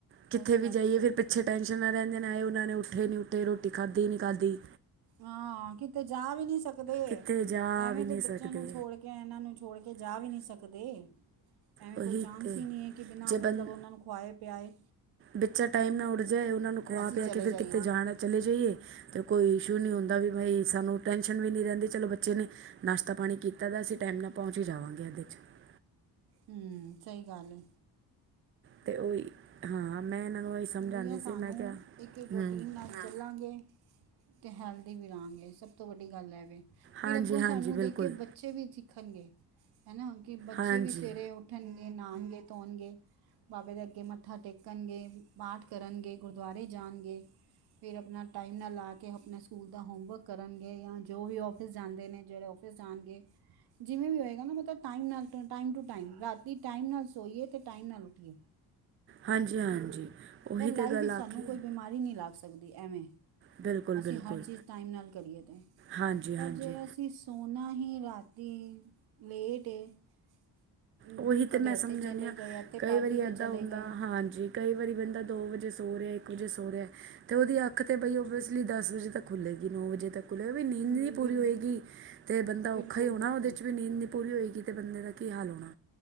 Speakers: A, on the right; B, on the right.
A: ਕਿੱਥੇ
B: ਇਸ
A: ਵੀ
B: ਕਰਕੇ
A: ਜਾਈਏ ਫਿਰ ਪਿੱਛੇ ਟੈਂਸ਼ਨ ਨਾ ਰਹਿੰਦੇ ਨੇ ਆਏ ਉਹ ਨੇ ਉੱਠੇ ਨੀ ਉੱਠੇ ਰੋਟੀ ਖਾਧੀ ਨੀ ਖਾਧੀ
B: ਹਾਂ ਕਿਤੇ ਜਾ ਵੀ ਨਹੀਂੀ ਸਕਦੇ
A: ਕਿੱਥੇ ਜਾ
B: ਐਵੇਂ
A: ਵੀ ਨਹੀਂ
B: ਤੇ ਬੱਚਿਆਂ
A: ਸਕਦੇ
B: ਨੂੰ ਛੋੜ ਕੇ ਇਹਨਾਂ ਨੂੰ ਛੋੜ ਕੇ ਕੇ ਜਾ ਵੀ ਨਹੀਂ ਸਕਦੇ ਐਵੇਂ
A: ਉਹੀ
B: ਕੋਈ ਚਾਂਸ
A: ਤੇ
B: ਹੀ ਨਹੀਂ ਹੈ ਕਿ ਬਿਨਾਂ
A: ਜੇ
B: ਮਤਲਬ
A: ਬੰ
B: ਉਹਨਾਂ ਨੂੰ ਖਆਏ ਪਿਆਏ
A: ਬੱਚਾ ਟਾਈਮ ਨਾ ਉੱਡ ਜਾਏ ਉਹਨਾਂ ਨੂੰ ਖਵਾ
B: ਅਸੀਂ
A: ਪਿਆ
B: ਚਲੇ
A: ਕੇ ਫਿਰ
B: ਜਾਈਏ
A: ਕਿਤੇ ਜਾਣਾ ਚਲੇ ਜਾਈਏ ਤੇ ਕੋਈ ਇਸ਼ੂ ਨਹੀਂ ਹੁੰਦਾ ਾਬਾਈ ਸਾਨੂੰ ਟੈਂਸ਼ਨ ਵੀ ਨਹੀਂ ਰਹਿੰਦੀ ਚਲੋ ਬੱਚੇ ਨੇ ਨਾਸ਼ਤਾ ਪਾਣੀ ਕੀਤਾ ਤਾਂ ਅਸੀਂ ਟਾਈਮ ਨਾਲ ਪਹੁੰਚ ਹੀ ਜਾਵਾਂਗੇ ਅਦੇ ' <unintelligible>
B: ਹੂ, ਸਹੀ ਗੱਲ ਹੈ।
A: ਤੇ ਉਹੀ ਹਾਂ। ਮੈਂ ਇਹਨਾਂ ਨੂੰ ਇਹੀ ਸਮਝਾਉਂਦੀ
B: ਬਈਆ ਸਾਨੂੰ
A: ਸੀ ਮੈਂ ਕਿਹਾ
B: ਇੱਕ ਰੋਟੀਨ
A: ਹੂੰ
B: ਨਾਲ ਖੱਲਾਂਗੇ ਤੇ ਹੈਲਦੀ ਵੀ ਰਿਹਾ ਗੇ, ਸਭ ਤੋਂ ਵੱਡੀ ਗੱਲ ਹੈ ਵੀ ਫਿਰ
A: ਹਾਂਜੀ
B: ਅੱਗੋਂ
A: ਹਾਂਜੀ
B: ਸਾਨੂੰ
A: ਬਿਲਕੁਲ
B: ਦੇਖ ਕੇ ਬੱਚੇ ਵੀ ਖਣਗੇ ਹੈ ਨਾ, ਕਿ ਬੱਚੇ
A: ਹਾਂਜੀ
B: ਵੀ ਸਵੇਰੇ ਉੱਠਣ ਨਹਾਉਣਗੇ ਧੋਣਗੇ ਬਾਬੇ ਦੇ ਅੱਗੇ ਮੱਥਾ ਟੇਕਣਗੇ ਪਾਠ ਕਰਨਗੇ, ਗੁਰਦੁਆਰੇ ਜਾਣਗੇ। ਫਿਰ ਆਪਣਾ ਟਾਈਮ ਨਾਲ ਲਾ ਕੇ ਆਪਣੇ ਸਕੂਲ ਦਾ ਹੋਮਵਰਕ ਕਰਨਗੇ, ਜਾਂ ਜੋ ਵੀ ਔਫਿਸ ਜਾਂਦੇ ਨੇ ਜਿਹੜੇ ਫ ਹੋਣਗੇ ਜਿਵੇਂ ਵੀ ਹੋਏਗਾ ਨਾ ਮਤਲਬ ਟਾਈਮ ਨਾਲ ਟ ਟਾਈਮ ਟੂ ਟਾਈਮ ਰਾਤੀ ਟਾਈਮ ਨਾਲ ਸੋਈਏ ਅਤੇ ਟਾਈਮ ਨਾਲ ਉੱਠੀਏ
A: ਹਾਂਜੀ ਹਾਂਜੀ। ਉਹੀ
B: ਫਿਰ ਲਾਈਫ
A: ਤਾਂ ਗੱਲ
B: ਵਿੱਚ
A: ਆਖੀ
B: ਸਾਨੂੰ ਕੋਈ
A: ਹੈ।
B: ਬਿਮਾਰੀ ਨਹੀਂ ਲੱਗ ਸਕਦੀ ਐਵੇਂ-
A: ਬਿਲਕੁਲ
B: ਅਸੀਂ
A: ਬਿਲਕੁਲ
B: ਹਰ ਚੀਜ਼ ਟਾਈਮ ਨਾਲ ਕਰੀਏ ਤੇ
A: ਹਾਂਜੀ
B: ਪਰ
A: ਹਾਂਜੀ
B: ਜੇ ਅਸੀਂ ਸੋਨਾ ਹੀ ਰਾਤੀ ਲੇਟ ਏ ਅਮ,
A: ਉਹੀ
B: ਕਦੇ
A: ਤੇ ਮੈਂ
B: ਇੱਥੇ
A: ਸਮਝ
B: ਚਲੇ
A: ਆਦੀ ਹਾਂ
B: ਗਏ ਇੱਥੇ
A: ਕਈ
B: ਪਾਰਟੀ
A: ਵਾਰੀ
B: 'ਤੇ
A: ਏਦਾਂ
B: ਚਲੇ
A: ਹੁੰਦਾ
B: ਗਏ
A: ਹਾਂਜੀ। ਕਈ ਵਾਰੀ ਬੰਦਾ ਦੋ ਵਜੇ ਸੋ ਰਿਹਾ ਇੱਕ ਵਜੇ ਸੋ ਰਿਹਾ ਅਤੇ ਉਹਦੀ ਅੱਖ ਤਾਂ ਬਈ ਓਬੇਸਲੀ ਦਸ ਵਜੇ ਤੱਕ ਖੁੱਲੇਗੀ ਨੌ ਵਜੇ ਤੱਕ ਹਲਲੇ ਵੀ ਨੀਂਦ
B: ਅਮ,
A: ਨਹੀਂ ਪੂਰੀ
B: ਬਿਲ
A: ਹੋਵੇਗੀ ਅਤੇ ਬੰਦਾ
B: ਬਿਲਕੁਲ
A: ਔਖਾ ਹੀ ਹੋਣਾ
B: ਬਿਲਕੁਲ
A: ਉਹਦੇ ਚ ਵੀ ਨੀਂਦ ਨ ਨਹੀਂ ਪੂਰੀ ਹੋਏਗੀ। ਅਤੇ ਬੰਦੇ ਦਾ ਕੀ ਹਾਲ ਹੋਣਾ